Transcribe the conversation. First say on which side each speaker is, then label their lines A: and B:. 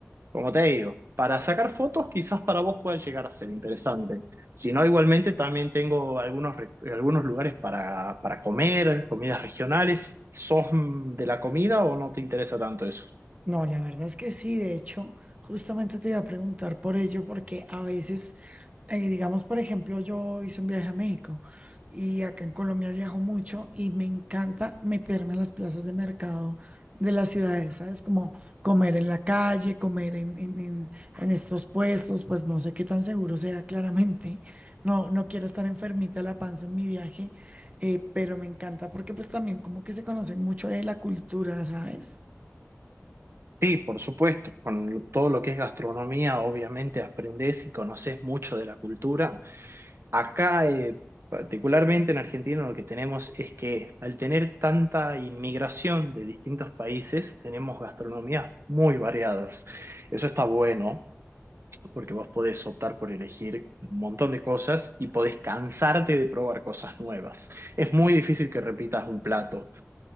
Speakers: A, on the right (about 55°); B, on the right (about 30°).
A: como te digo, para sacar fotos quizás para vos pueda llegar a ser interesante. Si no, igualmente también tengo algunos, re- algunos lugares para, para comer, comidas regionales. ¿Sos de la comida o no te interesa tanto eso?
B: No, la verdad es que sí, de hecho, justamente te iba a preguntar por ello, porque a veces, eh, digamos, por ejemplo, yo hice un viaje a México y acá en Colombia viajo mucho y me encanta meterme en las plazas de mercado de las ciudades, ¿sabes? Como comer en la calle, comer en, en, en- en estos puestos, pues no sé qué tan seguro sea claramente, no, no quiero estar enfermita de la panza en mi viaje, eh, pero me encanta porque pues también como que se conoce mucho de la cultura, ¿sabes?
A: Sí, por supuesto, con lo- todo lo que es gastronomía, obviamente aprendés y conoces mucho de la cultura. Acá, eh, particularmente en Argentina, lo que tenemos es que al tener tanta inmigración de distintos países, tenemos gastronomías muy variadas. Eso está bueno, porque vos podés optar por elegir un montón de cosas y podés cansarte de probar cosas nuevas. Es muy difícil que repitas un plato.